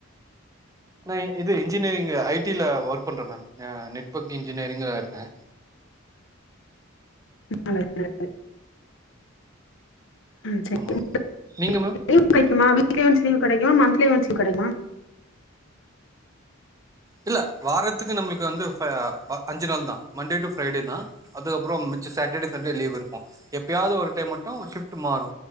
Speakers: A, on the right; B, on the left.
A: நா இ இது இன்ஜினியரிங் ஐ டில ஒர்க் பண்றே மேம் ந நெட்வர்க் இன்ஜினியரிங்க்ல இருக்கே
B: நல்லது நல்லது ஆ
A: ஆமா
B: <inaudible>
A: நீங்க மேம்
B: லீ்வ் கெடைக்குமா வீக்லி ஒன்ஸ் லீவு கெடைக்குமா மந்த்லி ஒன்ஸ் லீவு கெடைக்குமா
A: இல்ல வாரத்துக்கு நம்மளுக்கு வந்து ஃபை அஞ்சு நாள் தா மண்டே டு ஃப்ரைடே தா அதுக்கப்புறோ மிச்ச சேட்டர்டே சண்டே லீவ் இருக்கும் எப்பயாவ்து ஒரு டைம் மட்டு ஷிப்ட் மாறு